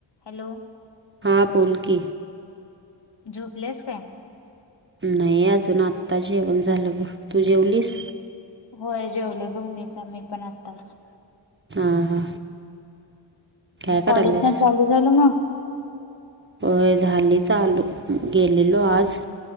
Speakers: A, on the left; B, on the right.
A: Hello!
B: हां बोलकी
A: झोपल्यास काय?
B: नाही अजून आत्ता जेवण झालं ब तू जेवलीस?
A: होय जेवलोय बघ मीच मी पण आत्ताच
B: हा हा काय
A: कॉलेज
B: कराल्यास?
A: पण चालू झालं मग?
B: होय झाली चालू गेलेलो आज